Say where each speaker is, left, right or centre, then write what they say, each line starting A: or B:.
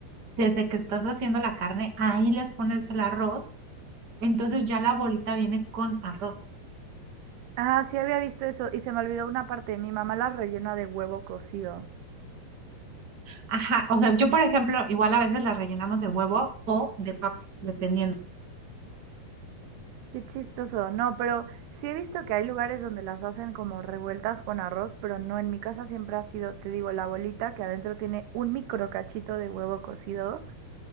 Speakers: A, on the right; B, on the right.
A: desde que estás haciendo la carne, ahí les pones el arroz, entonces ya la bolita viene con arroz.
B: Ah, sí había visto eso y se me olvidó una parte. Mi mamá las rellena de huevo cocido.
A: Ajá, o sea, yo por ejemplo, igual a veces la rellenamos de huevo o de papa, dependiendo.
B: Qué chistoso. No, pero sí he visto que hay lugares donde las hacen como revueltas con arroz, pero no, en mi casa siempre ha sido, te digo, la bolita que adentro tiene un micro cachito de huevo cocido